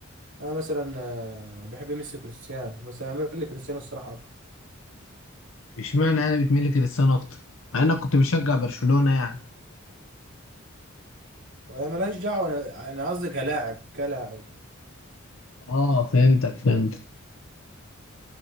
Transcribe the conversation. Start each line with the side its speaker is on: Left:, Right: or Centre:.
Right: انا مثلا آه، بحب ميسي كريستيانو بس انا بميل لكريستيانو الصراحة اكتر
Left: اشمعنى انا بتميل لكريستيانو اكتر مع انك كنت بشجع برشلونه يعني
Right: وهي ملهاش دعوة انا انا قصدي كلاعب كلاعب
Left: اه فهمتك فهمتك